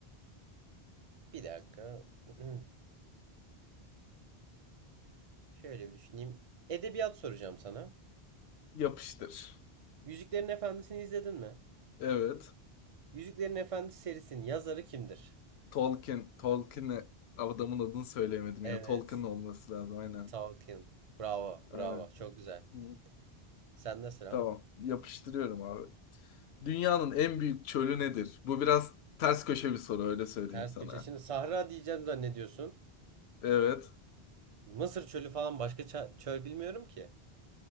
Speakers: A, on the right; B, on the left.
A: bir dakika. <clears throat> Şöyle bir düşüneyim. Edebiyat soracağım sana.
B: Yapıştır.
A: Yüzüklerin Efendisi'ni izledin mi?
B: Evet.
A: Yüzüklerin Efendisi serisinin yazarı kimdir?
B: Tolkien. Tolkien'e adamın adını söyleyemedim
A: Evet.
B: ya. Tolkien olması lazım. Aynen.
A: Tolkien. Bravo,
B: Aynen.
A: bravo. Çok güzel.
B: Hı.
A: Sende sıra.
B: Tamam. Yapıştırıyorum abi. Dünyanın en büyük çölü nedir? Bu biraz ters köşe bir soru öyle söyleyeyim
A: Ters
B: sana.
A: köşe. Şimdi Sahra diyeceğim zannediyorsun.
B: Evet.
A: Mısır çölü falan başka ça- çöl bilmiyorum ki.